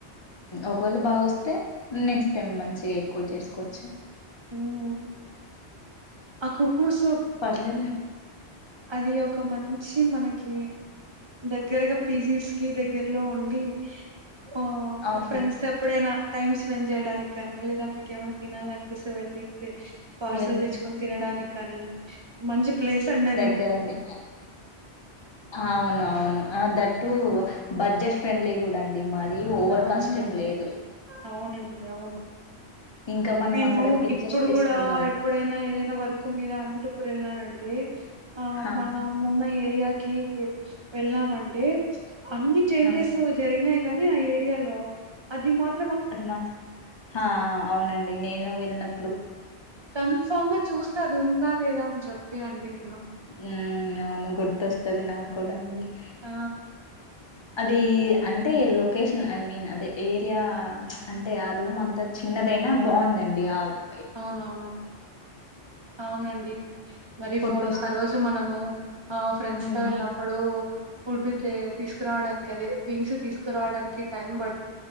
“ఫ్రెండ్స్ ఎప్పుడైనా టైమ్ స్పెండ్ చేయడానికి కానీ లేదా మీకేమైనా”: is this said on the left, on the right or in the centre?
Right